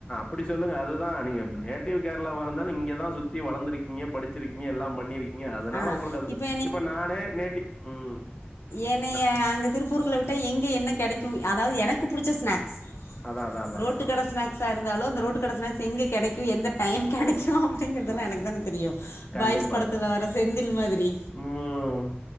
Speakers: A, on the left; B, on the left.
A: அப்பிடி சொல்லுங்க அதுதா நீங்க எப் நேட்டிவ் கேரளாவா இருந்தாலும் இங்கதா சுத்தி வளந்திருக்கீங்க படிச்சிருக்கீங்க எல்லாம் பண்ணிருக் இங்க அதனால
B: ஆ
A: உங்களுக்கு அது
B: இப்போ
A: இப்ப நானே நேட்டி ம்
B: என்னய
A: ந
B: அங்க திருப்பூருக்குள்ள விட்டா எங்க என்ன கெடைக்கூ அதாவது எனக்கு புடிச்ச ஸ்நாக்ஸ்
A: அதான், அதான்,
B: ரோட்டு
A: அதான்.
B: கட ஸ்நாக்ஸ்ஸா இருந்தாலும் அந்த ரோட்டு கட ஸ்நேக்ஸ் எங்கே கிடைக்கூ எந்த டைம் கெடைக் கும் அப்பிடிங்கறதெல்லா
A: ம்.
B: எனக்கு தா தெரியூ
A: கண்டிப்பா.
B: பாய்ஸ் படத்துல வர்ற செந்தில் மாதிரி
A: ம்